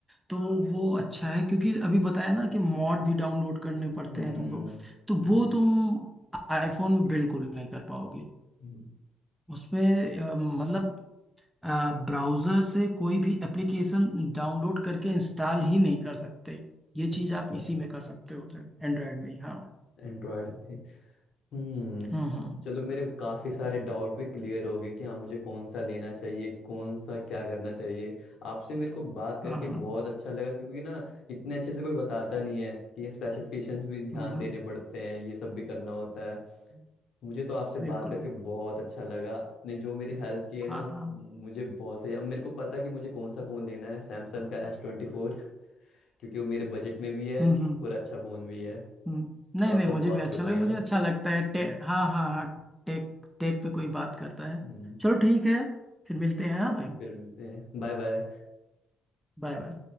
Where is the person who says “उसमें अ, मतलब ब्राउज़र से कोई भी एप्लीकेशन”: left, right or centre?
Centre